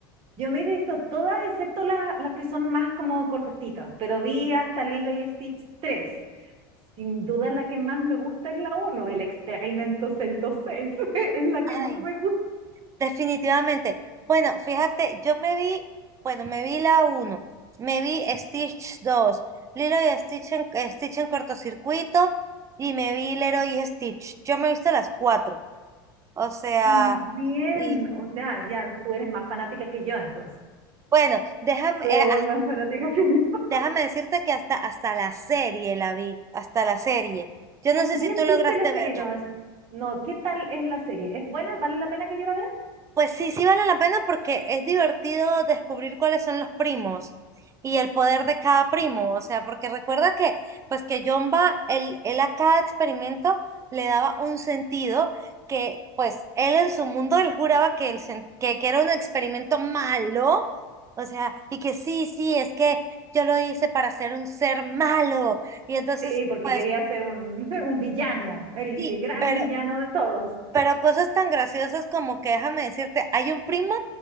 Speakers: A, on the right; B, on the right.
A: Yo me he visto todas, excepto las, las que son más como cortitas, pero vi hasta Lilo y Stitch tres Sin duda la que más me gusta es la uno el experimento 626, <laughs> es la que
B: Ay,
A: más me gusta.
B: definitivamente. Bueno, fíjate, yo me vi, bueno, me vi la uno, me vi Stitch dos, Lilo y Stitch en, Stitch en cortocircuito y me vi Leroy
A: Ay,
B: y Stitch. Yo me he visto las cuatro. O sea,
A: También,
B: Y
A: o sea, ya, tú eres más fanática que yo, entonces.
B: bueno, déjame,
A: Tú
B: eh,
A: eres
B: has-
A: más fanática que yo. <laughs>
B: déjame decirte que hasta, hasta la serie la vi, hasta la serie. Yo no
A: También
B: sé si tú lograste
A: viste la serie,
B: verla.
A: no, es- no, ¿qué tal es la serie? ¿Es buena? ¿Vale la pena que yo la vea?
B: Pues sí, sí vale la pena porque es divertido descubrir cuáles son los primos y el poder de cada primo. O sea, porque recuerda que, pues que Jomba, él, él a cada experimento le daba un sentido que, pues, él en su mundo, él juraba que, el, sen- que, que era un experimento malo. O sea, y que sí, sí, es que yo lo hice para ser un ser malo. Y entonces,
A: Sí, porque
B: pues,
A: quería ser un, <laughs> un villano, el,
B: sí,
A: el gran
B: pero
A: villano de todos.
B: pero cosas tan graciosas como que déjame decirte, hay un primo